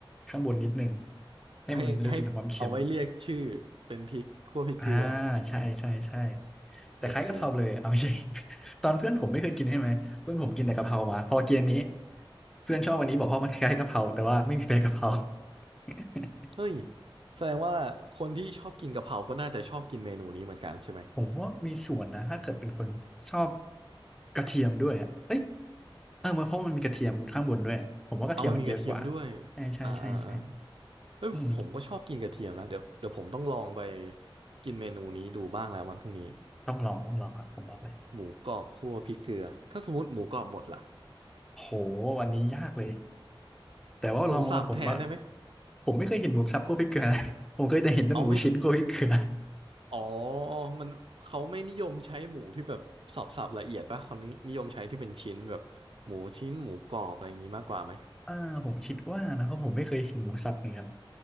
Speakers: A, in the centre; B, on the right.
A: ข้างบนนิดนึงให้มันรู้สึกถึงความเค็ม
B: ให้ให้เอาไว้เรียกชื่อเป็นพริกคั่วพริกเกลือ
A: อ่าใช่ใช่ใช่แต่คล้ายกะเพราเลยเอาไม่ใช่
B: โอเค
A: <laughs> ตอนเพื่อนผมไม่เคยกินใช่ไหมเพื่อนผมกินแต่กะเพรามาพอกินอันนี้เพื่อนชอบวันนี้บอกว่ามันคล้ายกะเพราแต่ว่าไม่มีใบกะเพรา <laughs>
B: เฮ้ยแสดงว่าคนที่ชอบกินกะเพราก็น่าจะชอบกินเมนูนี้เหมือนกันใช่ไหม
A: ผมว่ามีส่วนนะถ้าเกิดเป็นคนชอบกระเทียมด้วยอ่ะเอ้ยเออเพราะมันมีกระเทียมข้างบนด้วยผมว่ากระเทียมมันเยอะกว่า
B: เอามันมีกระเทียมด้วย
A: ใช่ใช่ใช่ใช่
B: อ่าอ่าอ่าเฮ้ยผมผมก็ชอบกินกระเทียมนะเดี๋ยวเดี๋ยวผมต้องลองไป
A: อืม
B: กินเมนูนี้ดูบ้างแล้ววันพรุ่งนี้
A: ต้องลองต้องลองครับผมบอกเลย
B: หมูกรอบคั่วพริกเกลือ ถ้าสมมติหมูกรอบหมดล่ะ
A: โหวันนี้ยากเลยแต่ว่าลองมาผมว่า
B: หมูสับแทนได้ไหม
A: ผมไม่เคยเห็นหมูสับคั่วพริกเกลือนะ <laughs> ผมเคยแต่เห็นแต่หมูชิ้นคั่วพริกเกลือ
B: เอาไม่อ๋อมันเขาไม่นิยมใช้หมูที่แบบสับสับละเอียดป่ะเขานินิยมใช้ที่เป็นชิ้นแบบหมูชิ้นหมูกรอบอะไรอย่างงี้มากกว่าไหม
A: <laughs> อ่าผมคิดว่านะเพราะผมไม่เคยเห็นหมูสับเหมือนกัน